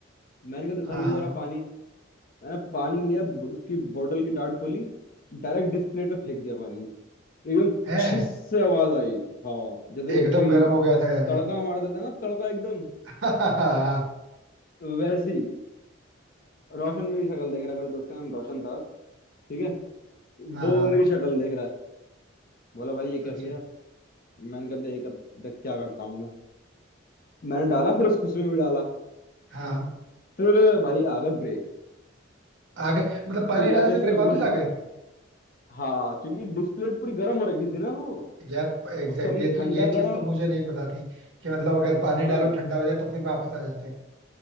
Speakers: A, on the left; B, on the right.
A: मैंने कहा दिखाइए
B: हाँ हाँ
A: जरा पानी मैंने पानी लिया ब- उसकी बोतल की डाट खोली डायरेक्ट डिस्प्ले पे फेंक दिया पानी एकदम
B: है
A: छिस से आवाज आई हाँ जैसे
B: एकदम
A: कोई
B: गर्म हो गया था यानी
A: तड़का मार देता है ना तड़का एकदम
B: <laughs> हाँ हाँ
A: वैसी रोशन मेरी शक्ल देख रहा है मेरे दोस्त का नाम रोशन था ठीक है
B: हाँ
A: वो
B: हाँ
A: मेरी शक्ल देख रहा है बोला भाई ये क्या
B: अच्छा
A: किया मैंने कहा देख अब देख क्या करता हूँ मैं मैंने डाला फिर उस किस्म में भी डाला
B: हाँ
A: फिर भाई आ गए ब्रेक
B: आ गए मतलब पानी
A: फिर जाके
B: डालने से ब्रेक
A: सुकून
B: वापस आ
A: मिला
B: गए
A: हाँ क्योंकि डिस्प्ले पूरी गर्म हो रखी थी ना वो
B: यार एग्जैक्टली
A: उसको हमने
B: exactly, ये तो
A: ठंडा
B: ये चीज
A: करा
B: तो मुझे नहीं पता थी कि मतलब अगर पानी
A: हाँ
B: डालो ठंडा हो जाए तो फिर वापस आ जाते हैं